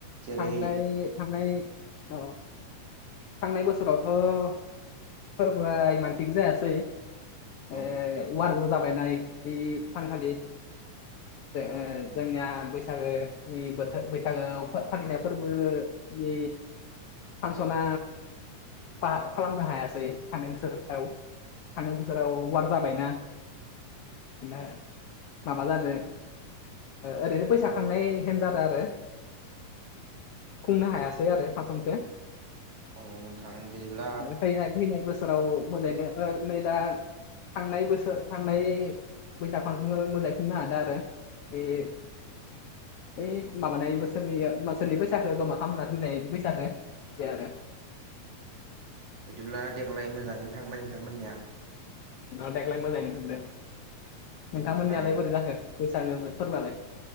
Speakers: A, on the right; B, on the left.
A: जेरै
B: थांनाय थांनाय
A: <inaudible>
B: अ थांनाय बोसोरावथ' फोरबोआ इमान थिक जायासै।
A: औ
B: ए वारबो' जाबायना बै सानखाालि। ज
A: औ
B: जोंनिया बैसागो बे बोथोर बैसागो फालिनाय फोरबो बे फांसना पास खालामनो हायासै। थांनाय बोसोर आव। थांनाय बोसोराव वार जाबायना, बिनो माबा जादो ओरैनो फैसा खांनाय हेन जादो आरो। खुंनो हायासै आरो फांसनखो
A: औ नोंथां बिदिब्ला
B: फैनाय फैनाय बोसोराव मोजाङदों न नै दा थांनाय बोसोर थांनाय बैसाग मोजाङै नो हादों आरो। ए। बै माबानाय बोसोरनि बोसोरनि फैसाखौ जमा खालामनानै दोननाय फैसखौ <unintelligible>
A: बिदिब्ला देग्लाय मोजाङैनो थांबाय नोंथांमोननिया।
B: देग्लाय मोजाङैनो थांदों।
A: बेनिफ्राय
B: नोंथांमोननियालाय बोरै जाखो बैसागुआव फोरबोआलाय?